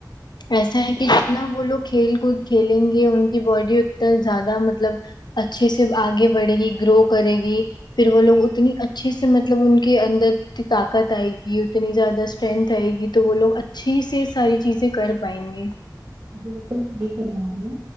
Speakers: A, on the left; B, on the right.
A: ایسا ہے کہ جتنا وہ لوگ کھیل کود کھیلیں گے ان کی باڈی اتنا زیادہ مطلب اچھے سے آگے بڑھے گی گرو کرے گی پھر وہ لوگ اتنی اچھے سے مطلب ان کے اندر طاقت آئے گی اتنی زیادہ اسٹرینتھ آئے گی تو وہ لوگ اچھی سے ساری چیزیں کر پائیں گے
B: بلکل ٹھیک فرما رہی ہو